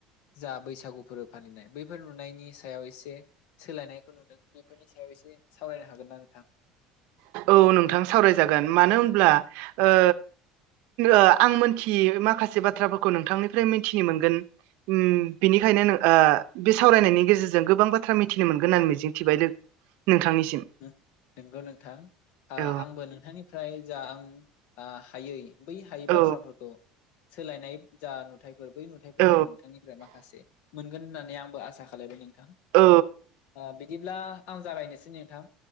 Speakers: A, on the left (about 65°); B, on the right (about 70°).
A: जा बैसागु फोरबो फालिनाय बैफोर नुनायनि सायाव एसे सोलायनायखौ नु दों बेफोरनि सायाव एसे सावरायनो हागोन ना नोंथां?
B: औ नोंथां सावरायजागोन। मानो होनब्ला ओ ओ आं मोनथियै माखासे बाथ्राफोरखौ नोंथांनिफ्राय मिथिनो मोनगोन। उम बिनिखायनो आ बे सावरायनायनि गेजेरजों गोबां बाथ्रा मिथिनो मोनगोन होननानै मिजिंथिबाय लो नोंथांनिसिम।
A: नंगौ नोंथां आ
B: औ
A: आंबो नोंथांनिफ्राय जा आं आ हायै बै हायै
B: औ
A: बाथ्राफोरखौ सोलायनाय जा नुथाय बो बै नुथायफोरखौ
B: औ
A: नोंथांनिफ्राय माखासे मोनगोन होननानै आंबो आसा खालायबाय नों थां।
B: औ
A: ओ बिदिब्ला आं जागायनोसै नोंथां।